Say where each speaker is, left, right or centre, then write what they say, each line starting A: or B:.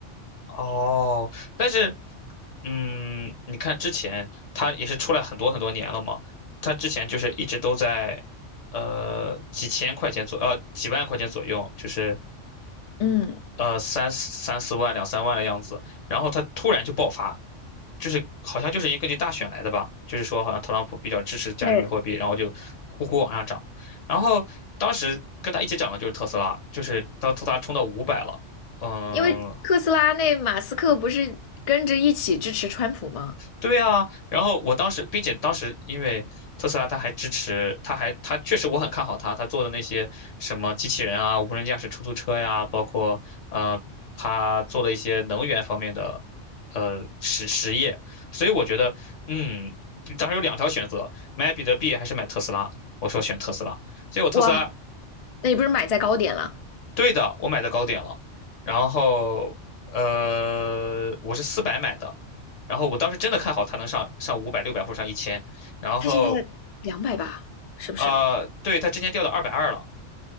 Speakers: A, on the left; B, on the left.
A: 哦，但是，嗯，你看之前它也是出来很多很多年了嘛，它之前就是一直都在，呃，几千块钱左，呃，几万块钱左右，就是
B: 嗯，
A: 呃三三四万、两三万的样子，然后它突然就爆发，就是好像就是因为根据大选来的吧，就是说好像特朗普比较支持加密货币，
B: 对，
A: 然后就呼呼往上涨，然后当时跟他一起涨的就是特斯拉，就是当特斯拉冲到五百了，嗯，
B: 因为特斯拉那马斯克不是跟着一起支持川普吗？
A: 对啊，然后我当时，并且当时因为特斯拉，它还支持，它还它确实我很看好它，它做的那些什么机器人啊、无人驾驶出租车呀，包括呃，它做了一些能源方面的呃实实业，所以我觉得，嗯，当时有两条选择，买比特币还是买特斯拉，我说选特斯拉，结果特斯拉
B: 哇，那你不是买在高点了？
A: 对的，我买的高点了，然后呃，我是四百买的，然后我当时真的看好它能上上五百、六百或者上一千，然后
B: 他现在两百吧，是不是
A: 呃，对，它之前掉到二百二了，